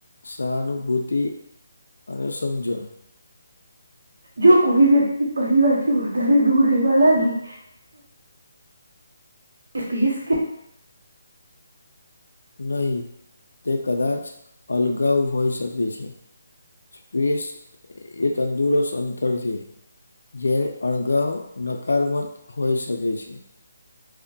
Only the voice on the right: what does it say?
જો કોઈ વ્યક્તિ પરિવારથી વધારે દૂર રહેવા લાગી. એ <unintelligible> કે